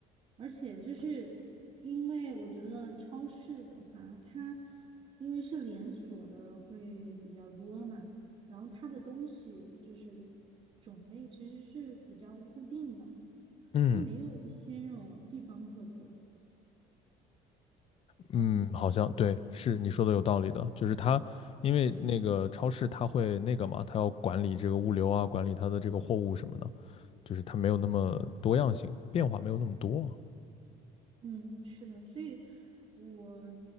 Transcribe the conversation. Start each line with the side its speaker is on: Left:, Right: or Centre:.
Right: 而且就是因为我觉得超市的话，它因为是连锁的会比较多嘛，然后它的东西就是种类其实是比较固定的。
Left: 嗯
Right: 它没有一些那种地方特色。
Left: 嗯，
Right: 对，
Left: 好像对，是你说的有道理的，就是它，因为那个超市它会那个嘛，它要管理这个物流啊，管理它的这个货物什么的，就是它没有那么多样性，变化没有那么多。
Right: 嗯，是的，所以我，